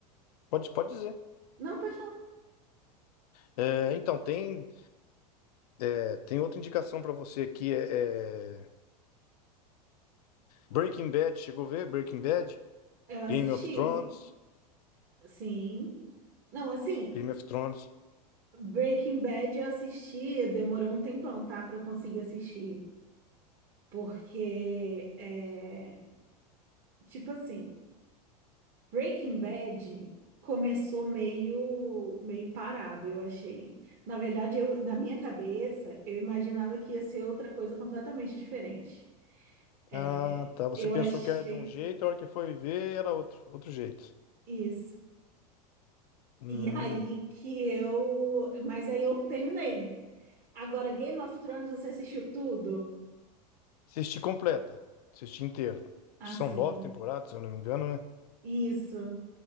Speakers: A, on the left; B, on the right.
A: pode, pode dizer.
B: Não, pode falar.
A: É, então, tem, é, tem outra indicação pra você aqui: é, é Breaking Bad, chegou a ver? Breaking Bad,
B: Eu assisti,
A: Game of Thrones.
B: sim. Não, assim,
A: Game of Thrones.
B: Breaking Bad eu assisti, demorou um tempão, tá, pra eu conseguir assistir. Porque, é, tipo assim, Breaking Bad começou meio, meio parado, eu achei. Na verdade, eu, na minha cabeça, eu imaginava que ia ser outra coisa completamente diferente. É,
A: Ah, tá. Você
B: eu
A: pensou
B: achei
A: que era de um jeito, a hora que foi ver era outro, outro jeito.
B: Isso.
A: Hum.
B: E aí que eu. Mas aí eu terminei. Agora, Game of Thrones, você assistiu tudo?
A: Assisti completa. Assisti inteiro. Acho
B: Assim.
A: que são nove temporadas, se eu não me engano, né?
B: Isso.